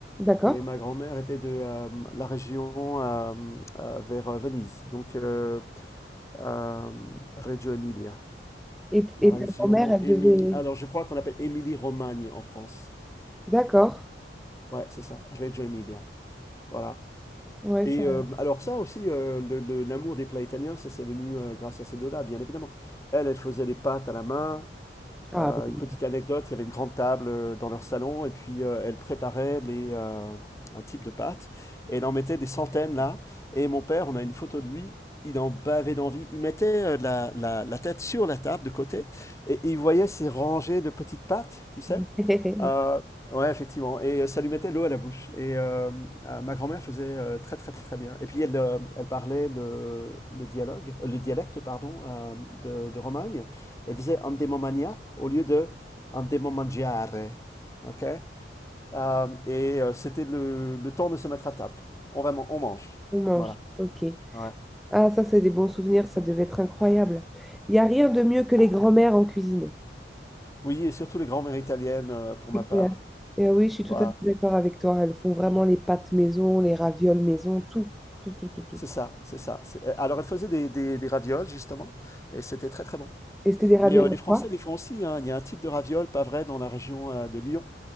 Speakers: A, in the centre; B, on the left.
A: D'accord.
B: Et ma grand-mère était de euh, la région euh, euh, vers euh, Venise, donc euh, euh, Reggio Emilia.
A: Et, t-
B: La
A: et
B: région
A: ta grand-mère, elle
B: Émilie.
A: devait...
B: Alors, je crois qu'on appelle Émilie-Romagne en France.
A: D'accord.
B: Ouais, c'est ça, Reggio Emilia. Voilà.
A: Ouais,
B: Et
A: ça...
B: euh, alors, ça aussi, euh, le- le- l'amour des plats italiens, ça c'est venu euh, grâce à ces deux-là, bien évidemment. Elle, elle faisait les pâtes à la main.
A: Ah
B: Euh, une
A: oui.
B: petite anecdote, il y avait une grande table euh, dans leur salon et puis euh, elle préparait les, euh, un type de pâte et elle en mettait des centaines là. Et mon père, on a une photo de lui, il en bavait d'envie. Il mettait euh, la, la- la tête sur la table de côté et, et il voyait ces rangées de petites pâtes, tu sais.
A: <laughs>
B: Euh, ouais, effectivement. Et euh, ça lui mettait l'eau à la bouche. Et euh, euh, ma grand-mère faisait euh, très très très bien. Et puis elle, euh, elle parlait le, le dialogue, euh, le dialecte, pardon, euh, de, de Romagne et disait endemomania au lieu de endemomangiare. ok Euh, et euh, c'était le, le temps de se mettre à table. On va, man- on mange.
A: On mange.
B: Voilà.
A: Ok.
B: Ouais.
A: Ah, ça, c'est des bons souvenirs. Ça devait être incroyable. Il n'y a rien de mieux que les grand-mères en cuisine.
B: Oui, et surtout les grands-mères italiennes euh, pour ma
A: C'est
B: part.
A: clair. Et oui, je suis tout
B: Voilà.
A: à fait d'accord avec toi. Elles font vraiment les pâtes maison, les ravioles maison, tout, tout, tout, tout, tout.
B: C'est ça, c'est ça. C'est- euh, Alors, elle faisait des, des, des ravioles, justement, et c'était très très bon.
A: Et c'était des ravioles
B: Mais euh,
A: à
B: les Français
A: quoi?
B: les font aussi, hein. Il y a un type de ravioles, pas vrai, dans la région euh, de Lyon.